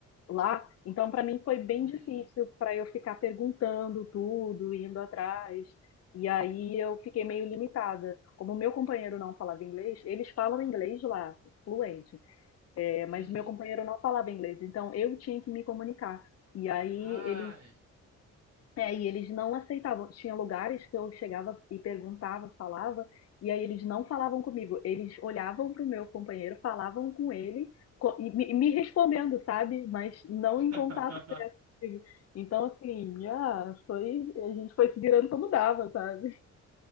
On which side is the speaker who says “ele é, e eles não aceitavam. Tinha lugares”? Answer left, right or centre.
Left